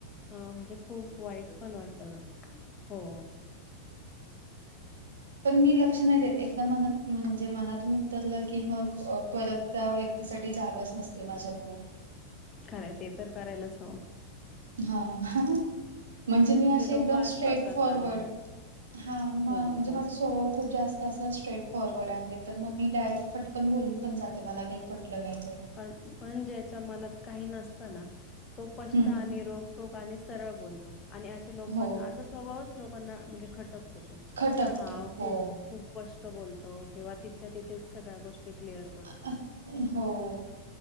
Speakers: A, on the left; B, on the right.
A: म्हणजे. खूप वाईट पण वाटत हो.
B: पण मी लक्ष नाही देत एकदा मनात म्हणजे मनातून उतरलं की मग परत त्या व्यक्तीसाठी जागाच नसते माझ्या मनात.
A: खरय ते तर करायलाच हवं.
B: हा म्हणजे मी असे
A: लोक
B: एकदम
A: असतातच
B: स्ट्रेट फॉरवर्ड.
A: आणि
B: हा म्हणजे
A: हो हो
B: माझं स्वभाव खूप जास्त असं स्ट्रेट फॉरवर्ड आहे तर मग मी डायरेक्ट फटकन बोलून पण जाते मला काही पटलं नाही तर.
A: पण पण ज्याच्या मनात काही नसत ना तो पष्ट
B: हम्म
A: आणि रोग टोक आणि सरळ बोलतो आणि असे लोक
B: हो
A: असा स्वभावच लोकांना म्हणजे खटक
B: खटकतो
A: की हा
B: हो
A: खूप खूप स्पष्ट बोलतो किंवा तिथल्या तिथेच सगळ्या गोष्टी क्लिअर करतो.
B: अ, हो